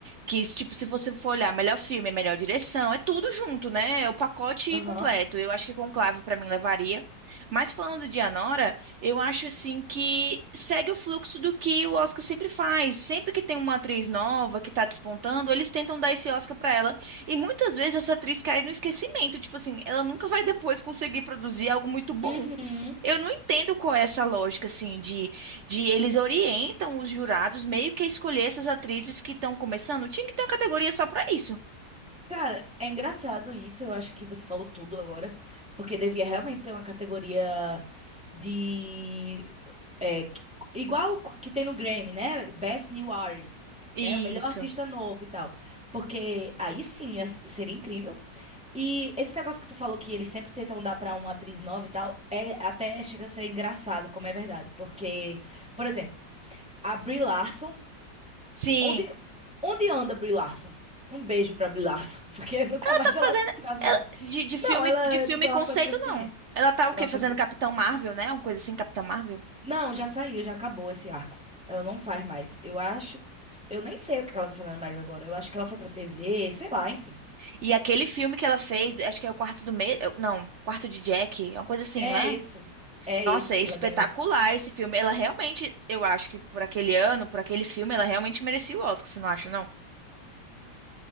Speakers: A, on the right; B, in the centre.
A: que, tipo, se você for olhar, melhor filme, melhor direção, é tudo junto, né? É o pacote
B: Aham.
A: completo. Eu acho que Conclave, pra mim, levaria. Mas falando de Anora, eu acho assim que segue o fluxo do que o Oscar sempre faz. Sempre que tem uma atriz nova que tá despontando, eles tentam dar esse Oscar pra ela. E muitas vezes essa atriz cai no esquecimento, tipo assim, ela nunca vai depois conseguir produzir algo muito bom.
B: Uhum.
A: Eu não entendo qual é essa lógica assim de, de eles orientam os jurados meio que a escolher essas atrizes que estão começando. Tinha que ter uma categoria só pra isso.
B: Cara, é engraçado isso, eu acho que você falou tudo agora, porque devia realmente ter uma categoria de é, igual que tem no Grammy, né? Best New Artist,
A: Isso.
B: né? O melhor artista novo e tal. Porque aí sim ia- seria incrível. E esse negócio que tu falou que eles sempre tentam dar pra uma atriz nova e tal, é até chega a ser engraçado, como é verdade, porque, por exemplo, a Brie Larson
A: Sim.
B: Onde, onde anda Brie Larson? Um beijo pra Brie Larson, <laughs> porque nunca mais
A: tá
B: ela
A: fazendo
B: trabalhou.
A: ela- de, de filme
B: Não, ela,
A: de filme
B: tipo, ela
A: conceito
B: foi pro cinema.
A: não. Ela tá o
B: Ela
A: quê?
B: foi
A: Fazendo
B: pro...
A: Capitão Marvel, né? Uma coisa assim, Capitão Marvel.
B: Não, já saiu, já acabou esse arco. Ela não faz mais. Eu acho. que- Eu nem sei o que ela tá fazendo mais agora. Eu acho que ela foi pra TV, sei lá, enfim.
A: E aquele filme que ela fez, acho que é o Quarto do Medo, não, Quarto de Jack, é uma coisa assim,
B: É
A: não é?
B: isso. É
A: Nossa,
B: esse
A: é
B: que
A: espetacular
B: ela ganhou.
A: esse filme. Ela realmente, eu acho que por aquele ano, por aquele filme, ela realmente merecia o Oscar, você não acha, não?